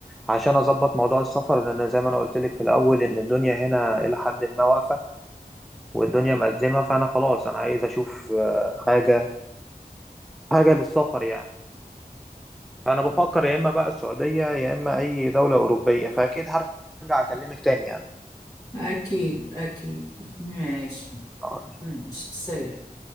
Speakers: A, in the centre; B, on the left.
A: عشان أظبط موضوع السفر لأن زي ما أنا قلت لك في الأول إن الدنيا هنا إلى حد ما واقفة والدنيا مأزمة فأنا خلاص أنا عايز أشوف آه، حاجة حاجة للسفر يعني فأنا بفكر يا إما بقى السعودية يا إما أي دولة أوروبية فأكيد هرجع أكلمك تاني
B: اكيد اكيد ماشي
A: يعني
B: ماشي سلام